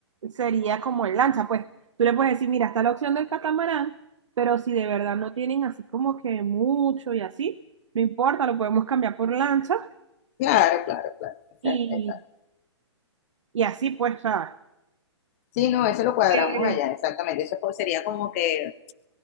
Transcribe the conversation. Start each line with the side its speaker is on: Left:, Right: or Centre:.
Right: sería como en lancha, pues, tú le puedes decir, mira, está la opción del catamarán, pero si de verdad no tienen así como que mucho y así, no importa, lo podemos cambiar por lancha
Left: Claro, claro, claro. Exacto,
Right: y,
Left: exacto.
Right: y así, pues, o sea,
Left: Sí, no, eso lo cuadramos
Right: que-
Left: allá, exactamente. Eso pues sería como que